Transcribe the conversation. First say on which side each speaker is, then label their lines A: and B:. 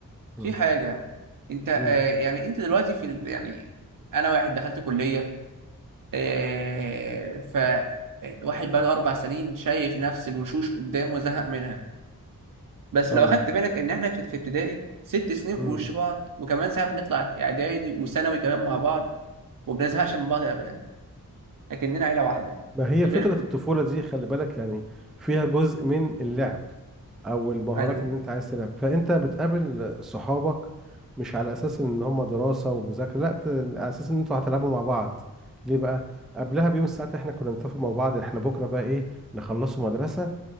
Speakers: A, in the centre; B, on the right.
A: مم.
B: في حاجة انت آه
A: مم.
B: يعني انت دلوقتي في ال... يعني انا واحد دخلت كلية آه ف آه، واحد بقاله اربع سنين شايف نفس الوشوش قدامه وزهق منها بس
A: اه
B: لو اخدت بالك ان احنا في في ابتدائي ست سنين
A: مم.
B: في وش بعض وكمان ساعات بنطلع اعدادي وثانوي كمان مع بعض وبنزهقش من بعض ابدا اكننا عيلة واحدة
A: ما هي
B: غير
A: فتره
B: كل
A: الطفوله دي خلي بالك يعني فيها جزء من اللعب او المهارات
B: ايوه
A: اللي انت عايز تلعب فانت بتقابل صحابك مش على اساس ان هم دراسة ومذاكرة لا بت... على اساس ان انتوا هتلعبوا مع بعض ليه بقى قبلها بيوم الساعات احنا كنا نتفق مع بعض احنا بكرة بقى ايه نخلصوا مدرسة